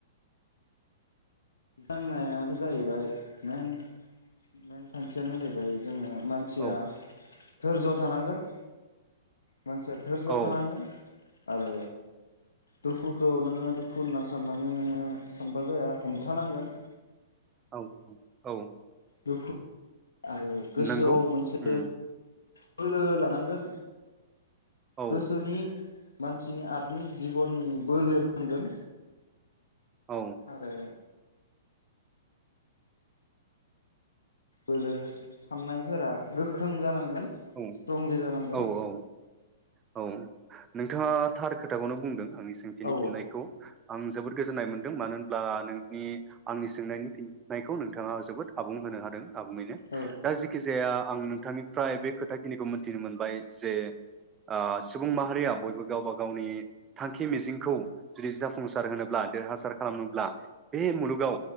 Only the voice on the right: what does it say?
औ
औ औ
औ औ
नंगौ
उम
औ
औ
औ
औ औ औ नोंथाङा थार खोथाखौनो बुंदों आंनि सोंथिनि
फिननायखौ आं जोबोद गोजोननाय मोन्दों मानो होनब्ला नोंनि आंनि सोंनायनि फिननायखौ नोंथाङा जोबोद आबुं होनो हादों आबुङैनो
दा जेखि जाया आं नोंथांनिफ्राय बे खोथा खिनिखौ मोनथिनो मोनबाय जे ओ सुबुं माहारिया बयबो गावबा गावनि थांखि मिजिंखौ जुदि जाफुंसार होनोब्ला देरहासार खालामनोब्ला बे मुलुगाव